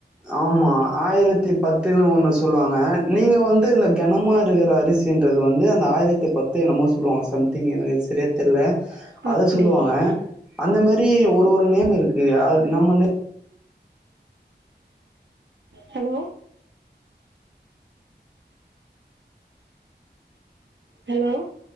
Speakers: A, in the centre; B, on the right (about 80°).
A: ஆமா ஆயிரத்தி பத்துன்னு ஒன்னு சொல்லுவாங்க நீங்க வந்து இந்த கனமாக இருக்கிற அரிசின்றது வந்து அந்த ஆயிரத்தி பத்து என்னமோ சொல்லுவாங்க சம்திங் எனக் சரியா தெரியல
B: அப்டிங்களா
A: அத சொல்லுவாங்க அந்த மாரி ஒரு ஒரு நேம் இருக்கு அ நம்ம
B: ஹலோ ஹலோ